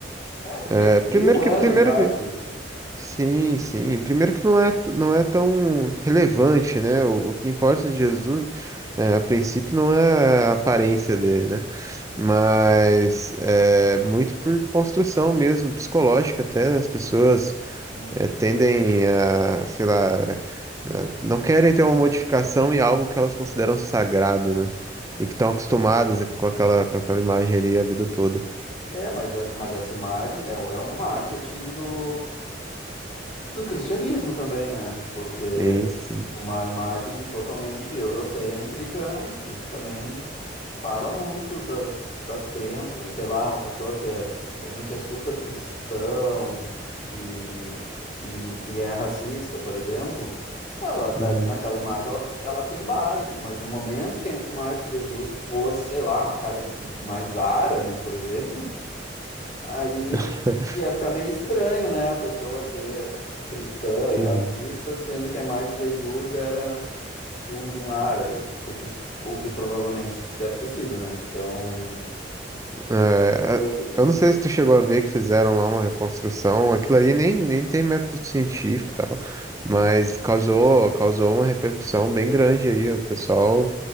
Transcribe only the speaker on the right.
é,
primeiro
que primeiro
que
sim, sim, primeiro que não é t- não é tão relevante, né? O, o que importa de Jesus é, a princípio não é a aparência dele, né? Mas é muito por construção mesmo psicológica até as pessoas
é, tendem a, sei lá, é, Não querem ter uma modificação em algo que elas consideram sagrado, né? E que estão acostumadas com aquela, com aquela imagem ali a vida toda.
Sim, sim.
Uhum.
<laughs>
Uhum.
É,
a- eu não sei se tu chegou a ver que fizeram lá uma reconstrução. Aquilo ali nem, nem tem método científico e tal, mas
causou, causou uma repercussão bem grande aí. O pessoal